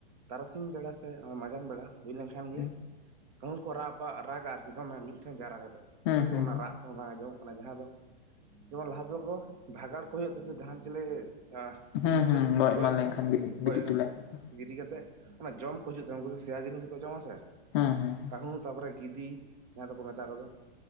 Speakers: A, on the right; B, on the left.
A: ᱛᱟᱨᱟᱥᱤᱧ ᱵᱮᱲᱟ ᱥᱮ ᱢᱟᱡᱟᱱ ᱵᱮᱲᱟ ᱦᱩᱭ ᱞᱮᱱᱠᱷᱟᱱ ᱜᱮ
B: ᱦᱩᱸ
A: ᱠᱟᱦᱩᱸ ᱠᱚ ᱨᱟᱜ ᱵᱟ ᱨᱟᱜᱟ ᱟᱨᱠᱤ ᱫᱚᱢᱮ ᱢᱤᱫᱴᱷᱮᱱ ᱡᱟᱣᱨᱟ ᱠᱟᱛᱮᱫ
B: ᱦᱩᱸ
A: ᱠᱤᱱᱛᱩ
B: ᱦᱩᱸ
A: ᱚᱱᱟ ᱨᱟᱜ ᱠᱚ ᱵᱟᱝ ᱟᱸᱡᱚᱢᱚᱜ ᱠᱟᱱᱟ ᱡᱟᱦᱟᱸ ᱫᱚ ᱡᱮᱢᱚᱱ ᱞᱟᱦᱟ ᱛᱮᱫᱚ ᱠᱚ ᱵᱷᱟᱜᱟᱲ ᱠᱚ ᱦᱩᱭᱩᱜ ᱛᱮᱥᱮ ᱡᱟᱸᱦᱟᱱ ᱪᱮᱞᱮ ᱟᱸ
B: ᱦᱩᱸ
A: ᱡᱤᱵᱽᱡᱚᱱᱛᱩ
B: ᱦᱩᱸ
A: ᱜᱚᱡ
B: ᱮᱢᱟᱱ
A: ᱞᱮᱱᱠᱷᱟᱱ
B: ᱜᱤ
A: ᱜᱚᱡ
B: ᱜᱤᱛᱤᱡ ᱦᱚᱴᱚ ᱞᱟᱭ ᱦᱩᱭᱩᱜᱼᱟ
A: ᱜᱤᱰᱤ ᱠᱟᱛᱮᱜ ᱚᱱᱟ ᱡᱚᱢ ᱠᱚ ᱦᱤᱡᱩᱜ ᱛᱟᱦᱮᱸ ᱩᱝᱠᱩ ᱫᱚ ᱥᱮᱭᱟ ᱡᱤᱱᱤᱥ ᱜᱮᱠᱚ ᱡᱚᱢᱟ ᱥᱮ᱾
B: ᱦᱩᱸ ᱦᱩᱸ ᱦᱩᱸ
A: ᱦᱩᱸ ᱛᱟᱯᱚᱨᱮ ᱜᱤᱫᱤ ᱡᱟᱦᱟᱸ ᱫᱚᱠᱚ ᱢᱮᱛᱟ ᱠᱚᱫᱚ᱾